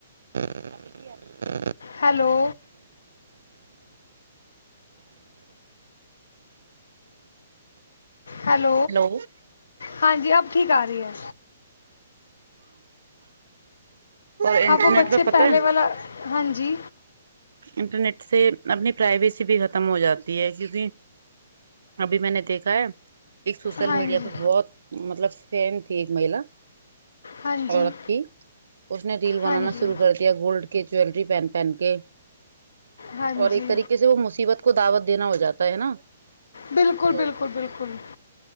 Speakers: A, on the right; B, on the left.
A: hello
B: hello hello
A: hello
B: ہاں جی اب ٹھیک آ رہی ہے
A: انٹرنیٹ
B: اب وہ بچے
A: پہ
B: پہلے
A: پتہ ہے
B: والا ہاں جی
A: انٹرنیٹ سے اپنی پرائیویسی بھی ختم ہو جاتی ہے کیونکہ ابھی میں نے دیکھا ایک سوشل
B: ہاں
A: میڈیا
B: جی
A: پہ بہت مطلب فین تھی ایک مہیلا
B: ہاں
A: عورت
B: جی
A: تھی اس نے ریل
B: ہاں
A: بنانا
B: جی
A: شرو کر دیا گولڈ کے جیلری پہن پہن کے
B: ہاں
A: اور
B: جی
A: ایک طریقے سے وہ مصیبت کو دعوت دینا ہو جاتا ہے نا
B: بالکل
A: تو
B: بالکل بالکل